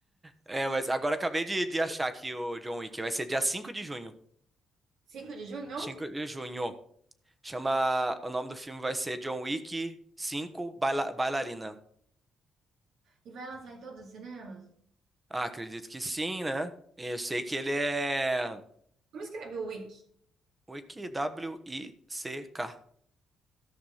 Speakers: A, on the right; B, on the right.
A: É, mas agora acabei de, de achar aqui o John Wick. Vai ser dia cinco de junho.
B: 5 de junho?
A: 5 de junho. Chama. O nome do filme vai ser John Wick cinco Baila- Bailarina.
B: E vai lançar em todos os cinemas?
A: Ah, acredito que sim, né? Eu sei que ele é.
B: Como escreve o Wick?
A: Wick, W-I-C-K.